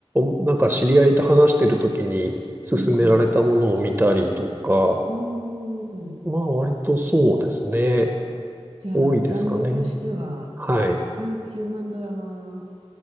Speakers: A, on the right (about 20°); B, on the right (about 70°).
A: と、なんか知り合いと話してるときに勧められたものを見たりとか、
B: うんうん。おー。
A: まあ割とそうですね。
B: じゃあ、
A: 多いですかね。
B: ジャンルとしては、
A: はい。
B: ヒュー、ヒューマンドラマ